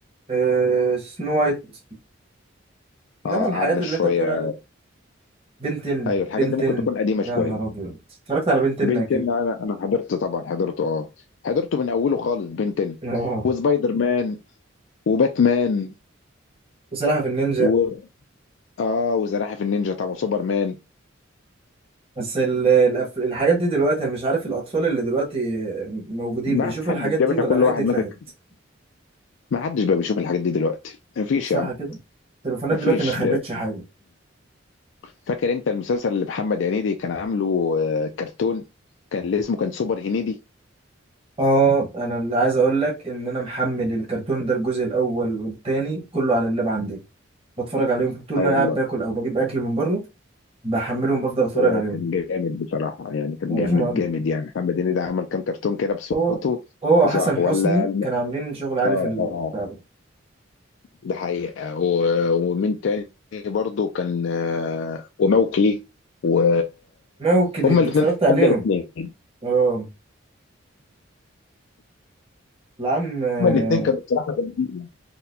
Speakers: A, on the right (about 30°); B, on the left (about 70°).
A: آه، سنو وايت انما
B: اه
A: الحاجات
B: قعدنا
A: اللي
B: شوية
A: انت بتقول عليها بنتن
B: ايوه الحاجات
A: بنتن
B: دي ممكن تكون قديمه شويه
A: يا نهار ابيض اتفرجت على بنتن
B: بين
A: اكيد
B: 10 انا انا حضرت طبعا حضرته اه حضرته من اوله خالص بين 10
A: <laughs> اه
B: وسبايدر مان وباتمان
A: بصراحه في النينجا
B: و اه وزراحف النينجا طبعا وسوبرمان
A: بس ال- الأف- الحاجات دي دلوقتي انا مش عارف الاطفال اللي دلوقتي موجودين
B: ما
A: بيشوفوا
B: حد
A: الحاجات دي
B: يا باشا
A: ولا
B: كل
A: الحاجات
B: واحد
A: دي اتلغت
B: ماسك ما حدش بقى بيشوف الحاجات دي دلوقتي ما فيش
A: صح
B: يا عم
A: كده التليفونات
B: ما
A: دلوقتي
B: فيش
A: ما خلتش حاجه
B: فاكر انت المسلسل اللي محمد هنيدي كان عامله آه، كرتون كان اللي اسمه كان سوبر هنيدي
A: اه انا اللي عايز اقول لك ان انا محمل الكرتون ده الجزء الاول والتاني كله على اللاب عندي بتفرج عليهم طول
B: اه
A: ما
B: والله
A: انا قاعد باكل او بجيب اكل من بره بحملهم بفضل اتفرج
B: آه،
A: عليهم
B: كان جامد بصراحه يعني كان
A: هو
B: جامد
A: مش مقبل.
B: جامد يعني محمد هنيدي عمل كام كرتون كده بصوته
A: هو هو وحسن
B: فظاع
A: حسني
B: ولا
A: كانوا عاملين شغل عالي
B: اه
A: في البتاع
B: اه
A: ده
B: ده حقيقة و- ومن تاني برضو كان آه، وموكلي و
A: موكلي
B: هما
A: انت
B: الاثنين
A: اتفرجت عليهم
B: افضل اثنين
A: اه العم آه،
B: هما الاثنين كانوا بصراحة جامدين